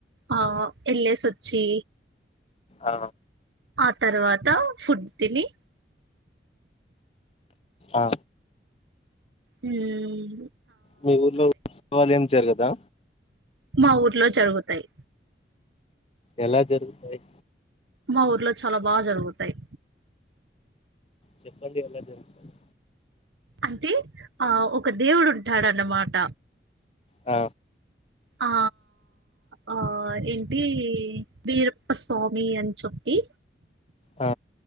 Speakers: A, on the right (about 85°); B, on the left (about 35°).
A: ఆ ఎల్లేసి సొచ్చి
B: అ
A: ఆ తర్వాత ఫుడ్ తిని
B: ఆ
A: ఉం
B: మీ ఊర్లో ఉత్సవాలు ఏం జరుగదా
A: మా ఊర్లో జరుగుతాయి
B: ఎలా జరుగుతాయి.
A: మా ఊర్లో చాలా బాగా జరుగుతాయి
B: చెప్పండి ఎలా జరుగుతాయి
A: అంటే ఆ ఒక దేవుడు ఉంటాడు అన్నమాట
B: ఆ
A: ఆ ఆ ఏంటి వీరప్ప స్వామి అని చెప్పి
B: ఆ